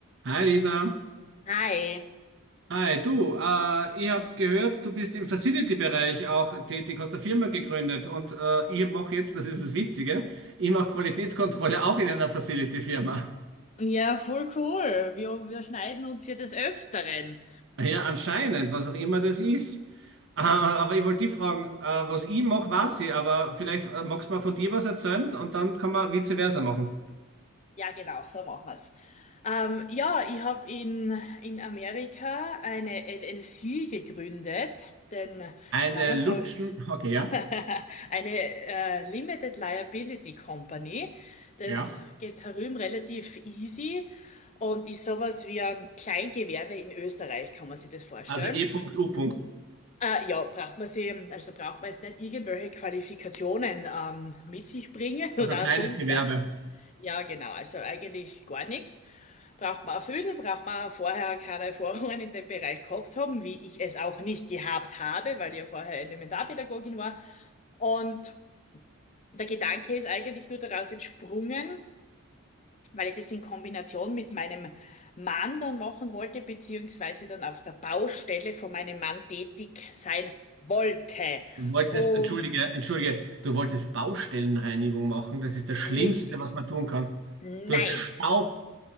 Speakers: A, on the right; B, on the left.
A: Hi Lisa.
B: Hi.
A: Hi, du, äh, ich habe gehört, du bist im Facility-Bereich auch tätig, hast eine Firma gegründet und äh, ich mache jetzt, das ist das Witzige, ich mache Qualitätskontrolle auch in einer Facility-Firma.
B: Ja, voll cool. Wir, wir schneiden uns hier des Öfteren.
A: Ja, anscheinend, was auch immer das ist. Äh, aber ich wollte dich fragen, äh, was ich mache, weiß ich, aber vielleicht äh, magst du mal von dir was erzählen und dann kann man vice versa machen.
B: Ja, genau, so machen wir's. Ähm, ja, ich habe in, in Amerika eine LLC gegründet, den
A: Eine
B: Namen
A: Lutschen,
B: so
A: okay,
B: <laughs>
A: ja,
B: eine äh, Limited Liability Company. Das
A: ja.
B: geht herum relativ easy und ist sowas wie ein Kleingewerbe in Österreich, kann man sich das vorstellen.
A: Also E.U.
B: Äh, ja, braucht man sie, also braucht man jetzt nicht irgendwelche Qualifikationen ähm, mit sich bringen <laughs> oder
A: Also kleines
B: sonst.
A: Gewerbe.
B: äh, Ja, genau, also eigentlich gar nichts. Braucht man erfüllen, braucht man vorher keine Erfahrungen in dem Bereich gehabt haben, wie ich es auch nicht gehabt habe, weil ich ja vorher Elementarpädagogin war. Und der Gedanke ist eigentlich nur daraus entsprungen, weil ich das in Kombination mit meinem Mann dann machen wollte, beziehungsweise dann auf der Baustelle von meinem Mann tätig sein wollte.
A: Du wolltest,
B: Und
A: entschuldige, entschuldige, du wolltest Baustellenreinigung machen. Das ist das Schlimmste,
B: richtig.
A: was man tun kann.
B: Nein.
A: Du hast Staub.